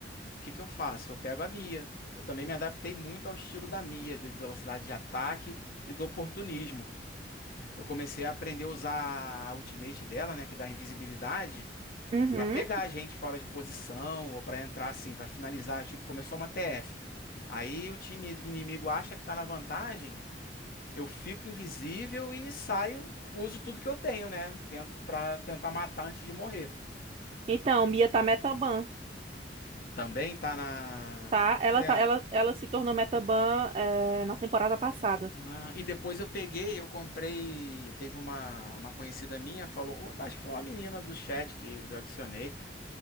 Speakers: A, on the left; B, on the right.
A: o que que eu faço? Eu pego a Mia. Eu também me adaptei muito ao estilo da Mia, de velocidade de ataque e do oportunismo. Eu comecei a aprender a usar a ultimate dela, né, que dá invisibilidade,
B: Uhum.
A: pra pegar a gente fora de posição ou pra entrar assim, pra finalizar, tipo, começou uma TF. Aí o time inimigo acha que tá na vantagem, Eu fico invisível e saio, uso tudo que eu tenho, né? Tento para tentar matar antes de morrer.
B: então Mia tá metaban,
A: Também tá na.
B: tá? Ela
A: É.
B: tá, ela, ela se tornou metaban é, na temporada passada.
A: Ah, e depois eu peguei, eu comprei. Teve uma, uma conhecida minha, falou. uma- Acho que foi uma menina do chat que eu adicionei.